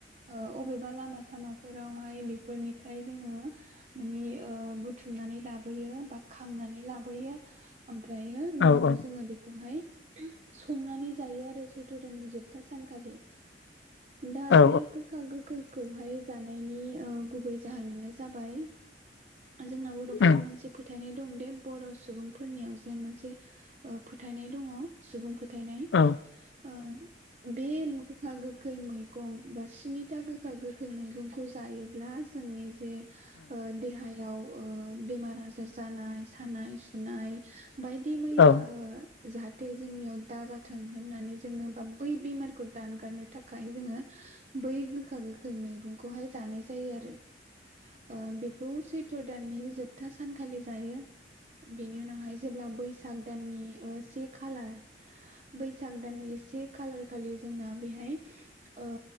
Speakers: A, on the right; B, on the left.
A: ओ अबेबा लामा सामाफोर रावहाय बेफोरनिफ्राय जोंङो मानि ओ बुथुमनानै लाबोयो बा खांना लाबोयो ओमफ्रायो न'आव
B: औ उम
A: जोंङो बेखौहाय संनानै जायो आरो सैथ' दाननि जोबथा सानखालि। दा
B: औ
A: बे गोखा गोखैखौहाय जा नायनि ओ गुबै जाहोनानो जाबाय जोंना बर'फोराव
B: उम
A: मोनसे फोथायनाय दं दे बर' सुबुंफोरनियाव जे मोनसे ओ फोथायनाय दङ सुबुं फोथ थायनाय
B: औ
A: ओ बे गोखा गोखै मैगं बा स्निथा गोखा गोखै मैगंखौ जायोब्ला जोंनि जे ओ देहाय याव ओ बेमार आजार जानाय सानाय सु नाय बायदि मैया
B: उम
A: ओ जाहाथे जोंनियाव दाजाथों होननानै जोंङो बा बै बेमारखौ दानगारनो थाखाय जोंङो बै गोखा गोखै मैगंखौहाय जानाय जायो आरो ओ बेखौ सैथ थ्र दाननि जोबथा सानखालि जायो बेनि उनावहाय जेब्ला बैसाग दाननि ओ से खालार बैसाग दाननि से खालार खालि जोंना बेहाय ओ